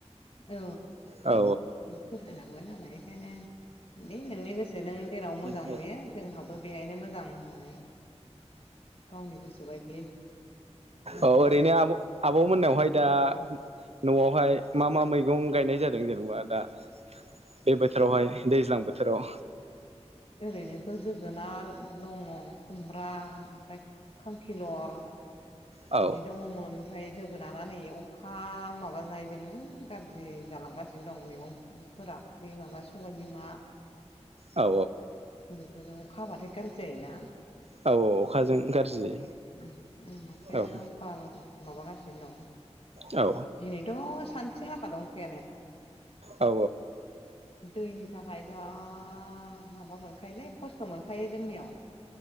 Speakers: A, on the left; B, on the right.
A: औ
B: औ
A: बेस होनोलांबाय नालाय बेखायनो दे नोंनि गोसो नों जेराव मोजां
B: औ
A: नुयो जोंहाबो बेहायनो मोजां होननानै गावनि गोसो बायदि माबानो
B: औओरैनो
A: होबाय
B: आब आब मोनावहाय दा न'आव बहाय मा मा मैगं गायनाय जादों जेनेबा दा बे बोथोरावहाय दैज्लां बोथोराव?
A: ओरैनोथ' जोगोनार दङ खुमब्रा ओमफ्राय खांखिलर।
B: औ
A: बिदि दङमोन ओमफ्राय जोगोनारा नै अखा माबानायजोंनो गाज्रि जालांगासिनो दं मैगंफोरा बै माबा सबाय बिमा।
B: औ
A: मुलिफोरजों अखा हाबाथाय गाज्रि जायोना
B: औ अखाजों गाज्रि
A: औ ओं अखा अखायानो
B: जायो
A: अफार माबागासिनो दं।
B: औ
A: दिनैथ' सान से हाखादों अखायानो।
B: औ
A: दैनि थाखाय जा आ माबा मोनखायोलै खस्थ' मोनखायो जोंनियाव।